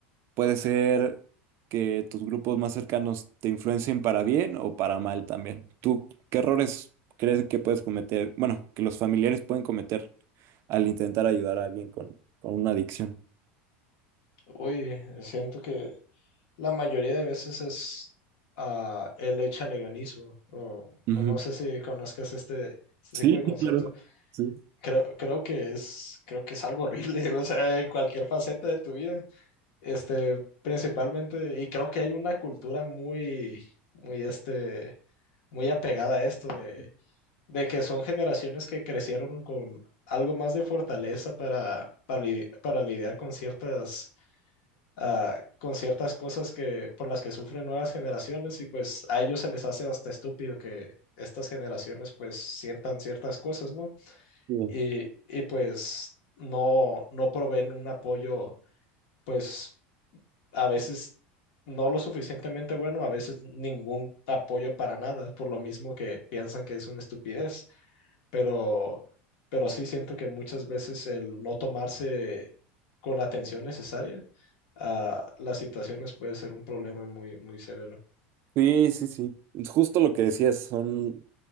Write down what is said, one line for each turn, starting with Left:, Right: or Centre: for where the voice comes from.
Right: puede ser que tus grupos más cercanos te influencien para bien o para mal también. ¿Tú qué errores crees que puedes cometer? Bueno, que los familiares pueden cometer al intentar ayudar a alguien con, con una adicción.
Left: Uy, siento que la mayoría de veces es ah, el echaleganismo, o,
Right: Ujú.
Left: o no sé si conozcas este, este
Right: Sí,
Left: tipo de
Right: sí,
Left: concepto.
Right: claro. Sí,
Left: Creo, creo que es, creo que es algo horrible, <laughs> o sea, en cualquier faceta de tu vida. este, principalmente, y creo que hay una cultura muy, muy, este, muy apegada a esto de, de que son generaciones que crecieron con algo más de fortaleza para, para, li- para lidiar con ciertas, ah, con ciertas cosas que, por las que sufren nuevas generaciones y pues a ellos se les hace hasta estúpido que estas generaciones pues sientan ciertas cosas, ¿no?
Right: sí,
Left: Y, y pues no, no proveen un apoyo pues a veces no lo suficientemente bueno, a veces ningún apoyo para nada, por lo mismo que piensan que es una estupidez, pero, pero sí siento que muchas veces el no tomarse con la atención necesaria a las situaciones puede ser un problema muy, muy severo.
Right: sí, sí. sí. Es Justo lo que decías, son